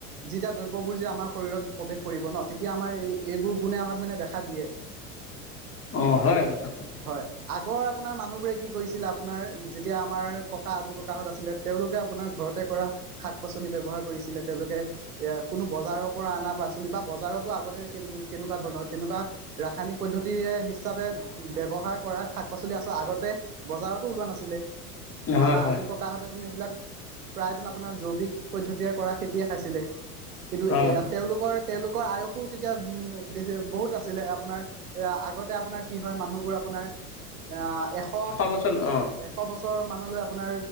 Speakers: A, on the right; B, on the left.
A: যিবিলাক দ্ৰব্যবোৰ যে আমাৰ শৰীৰৰত প্ৰৱেশ কৰিব ন' তেতিয়া আমাৰ এইবোৰ গুণে আমাক মানে দেখা দিয়ে
B: অঁ হয় কথাটো
A: হয় আগৰ আপোনাৰ মানুহবোৰে কি কৰিছিলে আপোনাৰ যেতিয়া আমাৰ ককা আজু ককাহঁত আছিলে তেওঁলোকে আপোনাৰ ঘৰ তে কৰা শাক পাচলি ব্যৱহাৰ কৰিছিলে তেওঁলোকে এ কোনো বজাৰৰ পৰা অনা পাচলি বা বজাৰতো আগতে কেনেকুৱা ধৰণৰ তেনেকুৱা ৰাসায়নিক পদ্ধতি হিচাপে ব্যৱহাৰ কৰাত শাক পাচলি আচল আগতে বজাৰতো ওলোৱা নাছিলে
B: হয়
A: আমাৰ
B: হয়
A: আজো ককাহঁতেতো এইবিলাক প্ৰায় আপোনাৰ জৈৱিক পদ্ধতিৰে কৰা খেতিয়ে খাইছিলে কিন্তু
B: অঁ
A: এয়া তেওঁলোকৰ তেওঁলোকৰ আয়ুস তেতিয়া উম বেছি বহুত আছিলে আপোনাৰ এ আগতে আপোনাৰ কি হয় মানুহবোৰ আপোনাৰ অঁ এশ
B: বছৰ অঁ
A: এশ বছৰ মানলৈ আপোনাৰ